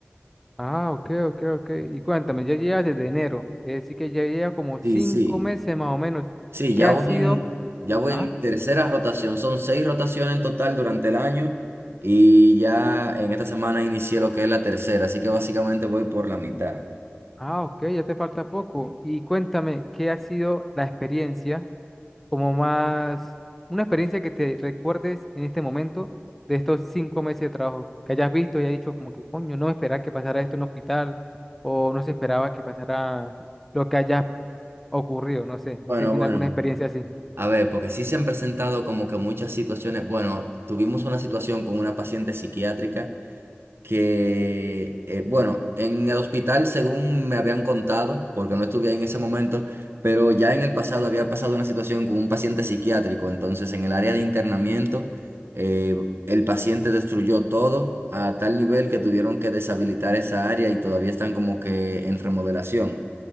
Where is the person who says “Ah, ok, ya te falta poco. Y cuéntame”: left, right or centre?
Centre